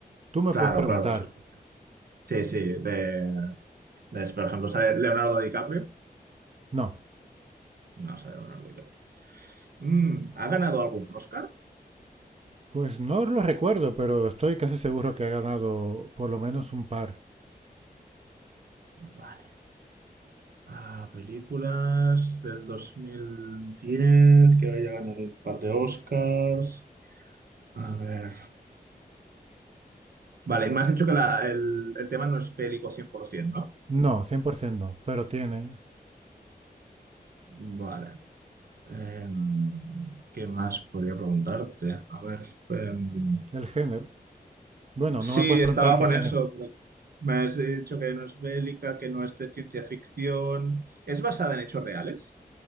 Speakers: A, on the right; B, on the right.
A: Tú me
B: claro,
A: puedes preguntar.
B: claro, esto- Sí, sí, de, de- por ejemplo, sale Leonardo DiCaprio.
A: No,
B: No sale Leonardo DiCaprio. Mm, ¿ha ganado algún Oscar?
A: pues no lo recuerdo, pero estoy casi seguro que ha ganado por lo menos un par.
B: Vale. Ah, películas del 2010 que haya ganado un par de Oscars. A ver. Vale, y me has dicho que la- el, el tema no es bélico 100%,
A: No, 100% no, pero tiene
B: ¿no? Vale. Em, ¿qué más podría preguntarte? A ver. em,
A: el género. Bueno,
B: Sí,
A: no me puedes preguntar
B: estaba
A: qué
B: con
A: género.
B: eso, pero me has dicho que no es bélica, que no es de ciencia ficción. ¿Es basada en hechos reales?